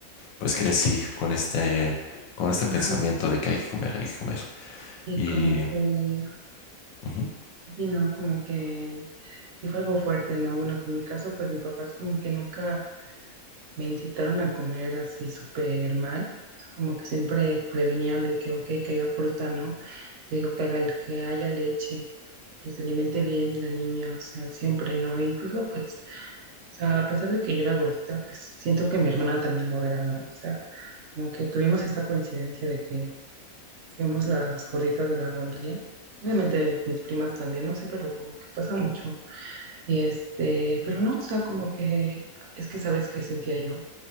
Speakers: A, on the left; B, on the right.
A: pues crecí con este, con este pensamiento
B: Ajá.
A: de que hay que comer, hay que comer.
B: Y
A: Y
B: como que,
A: ujú,
B: sí, no, como que sí fue algo fuerte, ¿no? Bueno, pues en mi caso, pues mis papás como que nunca me incitaron a comer así súper mal, o sea, como que siempre prevenían de que, ok, que haya fruta, ¿no? Te digo, que, haga, que haya leche, que se alimente bien la niña, o sea, siempre, ¿no? E incluso, pues, o sea, a pesar de que yo era gordita, pues siento que mi hermana también lo era, ¿no? O sea, como que tuvimos esta coincidencia de que fuimos las gorditas de la familia. Obviamente mis primas también, no sé, pero como que pasa mucho. Y este, pero no, o sea, como que es que sabes que sentía yo